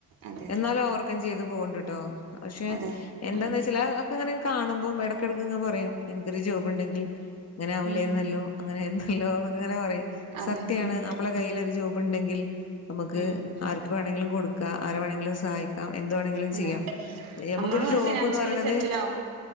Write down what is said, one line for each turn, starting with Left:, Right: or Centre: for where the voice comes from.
Right: അതെ
Left: എന്നാലും ഓവർക്കം ചെയ്ത് പോവ്ണ്ട്ട്ടോ പക്ഷേ
Right: അതെ
Left: എന്താന്ന്
Right: ഉം
Left: വെച്ചാല് അത് അ ക്ക്ങ്ങനെ കാണുമ്പം എടക്കടക്ക്ങ്ങനെ പറയും ഇൻക്കൊര് ജോബ്ണ്ടെങ്കില് ഇങ്ങനാവൂലായ്ര്ന്ന്
Right: ഉം
Left: ല്ലോ അങ്ങനെ ആയിര്ന്നല്ലോ എന്നൊക്കെങ്ങനെ പറയും
Right: അതെ
Left: സത്യാണ്
Right: ഉം
Left: നമ്മളെ കയ്യിലൊര് ജോബ്ണ്ടെങ്കിൽ നമ്മക്ക്
Right: ഉം
Left: ആർക്ക് വേണങ്കിലും കൊടുക്കാ ആരെ വേണങ്കിലും സഹായി ക്കാ എന്ത് വേണെങ്കിലും
Right: അതെ
Left: ചെയ്യാം നമുക്കൊരു
Right: നമ്മളും
Left: ജോബ്ന്ന്
Right: ഒരു ഫിനാൻഷ്യലി
Left: പറയ്ണത്
Right: സെറ്റിൽ ആവും